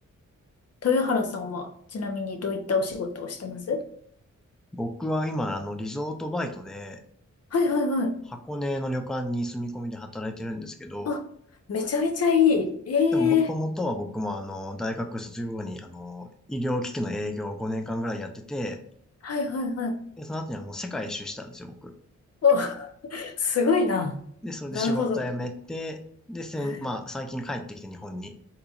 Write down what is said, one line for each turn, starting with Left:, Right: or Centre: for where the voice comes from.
Left: 豊原さんはちなみにどういったお仕事をしてます
Centre: 僕は今、あの、リゾートバイトで、
Left: はいはいはい。
Centre: 箱根の旅館に住み込みで働いてるんですけど、
Left: あ、めちゃめちゃいい。ええ
Centre: でも、もともとは僕も、あの、大学卒業後に、あの、医療機器の営業を5年間ぐらいやってて、
Left: はいはいはい。
Centre: で、その後に、あの、世界一周したんですよ、僕。
Left: お、<laughs> すごいな。
Centre: で、それで仕事辞めて、
Left: なるほど。
Centre: で、せん、
Left: はい。
Centre: まあ、最近帰ってきて日本に。